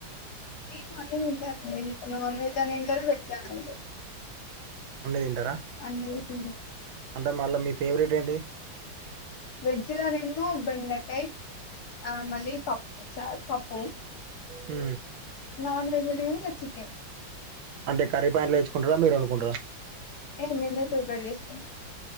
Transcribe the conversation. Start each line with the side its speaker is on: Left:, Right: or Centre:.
Left: నేను అన్ని తింటానండి నాన్ వెజ్ అనేమ్ లేదు వెజ్ అనేమి లేదు.
Right: అన్ని తింటారా
Left: అన్ని తింటా
Right: అంటే మళ్ళ మీ ఫేవరెట్ ఏంటి
Left: వెజ్జ్లోనేమో బెండకాయ్ ఆ మళ్ళీ పప్పు చారు పప్పు.
Right: ఉ
Left: నాన్ వెజ్లో నేమి చికెన్
Right: అంటే కర్రీ పాయింట్లో తెచ్చుకుంటారా మీరే వండుకుంటారా.
Left: యే మేమే ప్రిపేర్ చేసుకుంటాం